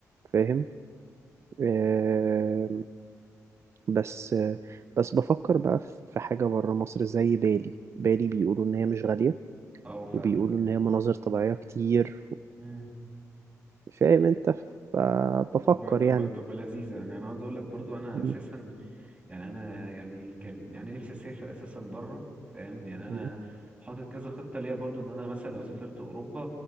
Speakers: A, on the right; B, on the right.
A: فاهم آم، بس آه، بس بفكر بقى في في حاجة بره مصر زي بالي بالي بيقولوا ان هي مش غالية
B: اه فاهمك
A: وبيقولوا ان هي مناظر طبيعية كتير
B: مم.
A: فاهم انت فبفكر
B: تبقى تبقى
A: يعني
B: تبقى لذيذة يعني أنا عاوز أقول لك برضو أنا
A: م-
B: أساسا يعني أنا يعني كان يعني نفسي أسافر أساسا بره فاهم يعني أنا
A: م-
B: حاطط كذا خطة ليا برضو إن أنا مثلا لو سافرت أوروبا